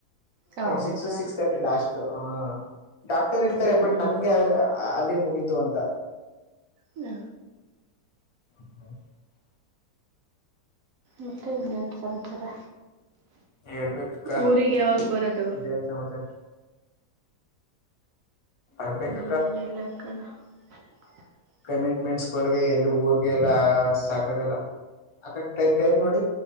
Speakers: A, on the right; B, on the left.
A: ಹೌದಾ
B: six ಸಿಕ್ಸ್ ತರ್ಟಿ ಲಾಸ್ಟ್ ಹಾ ಡಾಕ್ಟರ್ ಇರ್ತಾರೆ ಬಟ್ ನನ್ಗೆ ಯಾರಿಲ್ಲ ಅದಗ್ ಮುಗೀತು ಅಂತ
A: ಹ್ಮ
B: <inaudible>
A: ಮತ್ತೆ ಏನ್ ಸಮಾಚಾರ
B: ಹೇಳ್ಬೇಕಕ್ಕ
A: ಊರಿಗೆ ಯಾವಾಗ ಬರೋದು
B: ಮತ್ತೇನ್ ಸಮಾಚಾರ ಬರ್ಬೇಕ
A: <inaudible>
B: ಕಮಿಟ್ಮೆಂಟ್ಸ್ಗಳಗೆ ಎಲ್ಲಿ ಊರ್ಗೆ ಎಲ್ಲಾ ಸಾಕಾಗಲ್ಲ ಅಕ್ಕ ಟೈಟೈಮ್ ನೋಡಿ